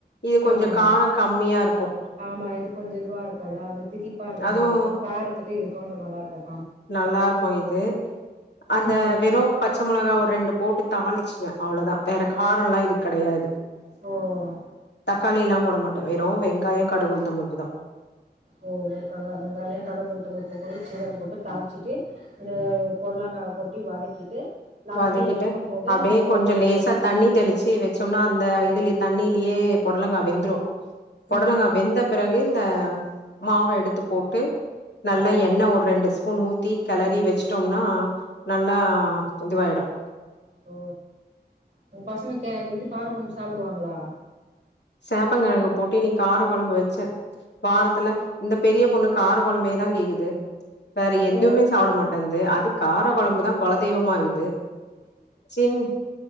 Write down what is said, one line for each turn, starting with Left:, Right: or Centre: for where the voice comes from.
Left: இது கொஞ்சோ
Right: ஆமாமா
Left: காரோ கம்மியா இருக்கு
Right: ஆமா இது கொஞ்ச இதுவா இருக்குல அது திதிப்பா இருக்க
Left: அதுவு
Right: மார் இருக்கு காரத்துக்கு இதுக்கு நல்லா இருக்காது
Left: நல்லா இருக்கு இது அந்த
Right: ம்
Left: வெறும்
Right: ம்
Left: பச்சை மிளகா ஒரு ரெண்டு போட்டு தாளிச்சிருவே அவ்ளோதா வேற காரம்லா இதுக் கெடையாது
Right: ஓஹோ
Left: தக்காளிலா போட மாட்டே வெறு வெங்காய கடுகு உளுத்தம் பருப்பு தா
Right: ஓ ஓ காங்க அதாங்க வெங்காய கடகு உளுத்தம்பருப்பு சீரக போட்டு தாள்ச்சிட்டு இந்த புடலங்கா கொட்டி வதக்கிட்டு லாஸ்ட்ல
Left: வதக்கிட்டு
Right: எறக்கும் போது
Left: அப்டியே
Right: இந்த பவுடர
Left: கொஞ்ச லேசா
Right: போட்டு
Left: தண்ணி தெளிச்சி வெச் சோம்னா அந்த இதுலயே தண்ணியிலயே பொடலங்கா வெந்துரு பொடலங்கா
Right: ம் ம்
Left: வெந்தப் பிறகு இந்த மாவ எடுத்து போட்டு நல்லா
Right: ஓ
Left: எண்ணெய் ஒரு ரெண்டு ஸ் பூண் ஊத்தி கெளரி வச்சுட்டோம்னா நல்லா
Right: ம்
Left: இதுவாயிடும்
Right: ஓ உங்க பசங்க கே இது கார கொழம்பு சாப்புடுவாங்களா
Left: சேப்பங்கெழங்கு போட்டு இன்னிக்கார கொழம்பு வெச்சே வாரத்துல இந்த பெரிய பொண்ணு கார கொழம்பையேதா கேக்குது வேற எதுவுமே
Right: ஓ
Left: சாப்ட மாட் வந்து அது கார கொழம்புதா கொலதெய்வமா இருந்து சின்